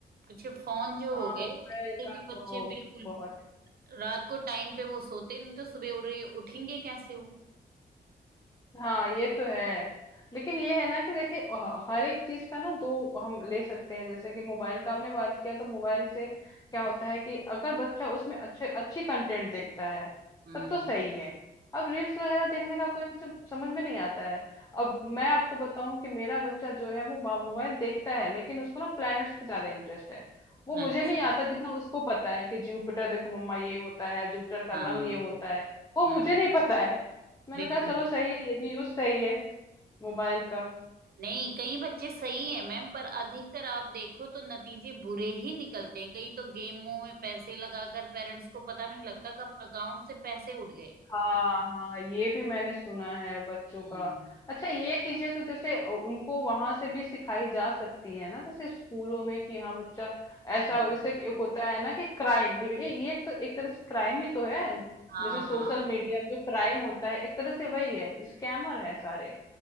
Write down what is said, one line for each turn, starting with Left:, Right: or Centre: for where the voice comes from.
Right: कुछ ये फोन जो
Left: हाँ
Right: हो गए
Left: मोबाइल
Right: इससे
Left: का
Right: भी
Left: तो
Right: बच्चे बिल्कुल
Left: बहुत
Right: रात को टाइम पे वो सोते नहीं तो सुबह उड़ रही उठेंगे कैसे वो
Left: हाँ ये तो है लेकिन ये है ना कि देखिए ह- हर एक चीज का ना दो हम ले सकते हैं जैसे कि मोबाइल का आपने बात किया तो मोबाइल से क्या होता है कि अगर बच्चा उसमें अच्छे अच्छी कंटेंट देखता है
Right: हम्म
Left: तब तो सही है अब रील्स वगैरह देखने का कोई मुझे समझ में नहीं आता है अब मैं आपको बताऊं कि मेरा बच्चा जो है वो बा- मोबाइल देखता है लेकिन उसको ना प्लैनेट्स पे ज्यादा इंटरेस्ट है वो मुझे
Right: अच्छा
Left: नहीं आता जितना उसको पता है कि जुपिटर देखो मम्मा ये होता है जुपिटर का
Right: हाँ
Left: रंग ये होता है वो
Right: हम्म
Left: मुझे नहीं पता है मैंने
Right: बिल्कुल
Left: कहा चलो सही है ये भी यूज सही है मोबाइल का
Right: नहीं कई बच्चे सही हैं मैम पर अधिकतर आप देखो तो नतीजे बुरे ही निकलते हैं कई तो गेमों में पैसे लगाकर पेरेंट्स को पता भी नहीं लगता कब अकाउंट से पैसे उड़ गए
Left: हाँ हाँ ये भी मैंने सुना है बच्चों
Right: हम्म
Left: का अच्छा ये चीजें तो जैसे उ- उनको वहां से भी सिखाई जा सकती है ना जैसे स्कूलों में कि हाँ बच्चा ऐसा
Right: हम्म
Left: जैसे कि एक होता है ना कि क्राइम ये भी- ये ये तो एक तरह से क्राइम ही तो है
Right: हाँ
Left: जैसे सोशल
Right: हाँ बिल्कुल
Left: मीडिया में जो क्राइम होता है एक तरह से वही है स्कैमर है सारे